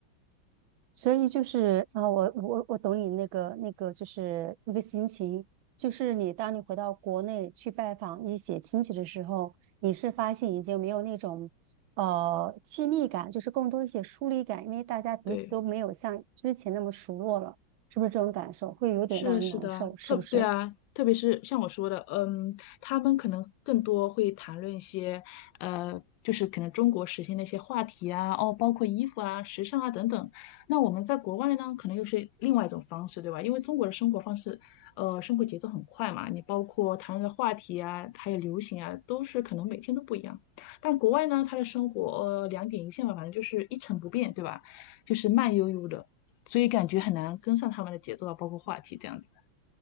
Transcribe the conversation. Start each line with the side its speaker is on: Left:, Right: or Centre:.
Right: 所以就是啊，我我我懂你那个那个，就是一个心情，就是你当你回到国内去拜访一些亲戚的时候，你是发现已经没有那种呃亲密感，就是更多一些疏离感，因为大家彼此都没有像之前那么熟络了，
Left: 对。
Right: 是不是这种感受会有点让人难受，
Left: 是的，是的，
Right: 是不是？
Left: 特对啊，特别是像我说的，嗯，他们可能更多会谈论一些，呃，就是可能中国时兴的一些话题啊，哦，包括衣服啊、时尚啊等等。那我们在国外呢，可能又是另外一种方式，对吧？因为中国的生活方式，呃，生活节奏很快嘛，你包括谈论的话题啊，还有流行啊，都是可能每天都不一样。但国外呢，他的生活，呃，两点一线吧，反正就是一成不变，对吧？就是慢悠悠的。所以感觉很难跟上他们的节奏啊，包括话题这样子。